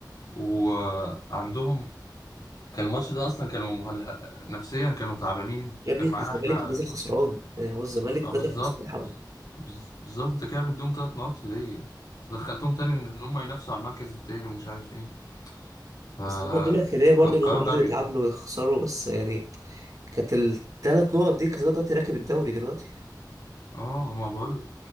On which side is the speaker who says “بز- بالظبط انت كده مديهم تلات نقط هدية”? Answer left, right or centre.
Left